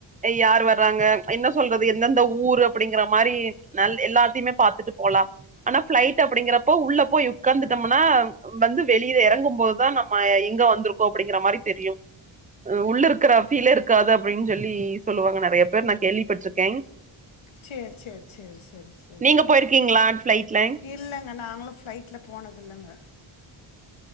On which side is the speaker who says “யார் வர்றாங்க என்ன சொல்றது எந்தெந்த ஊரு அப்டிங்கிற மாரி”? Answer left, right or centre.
Right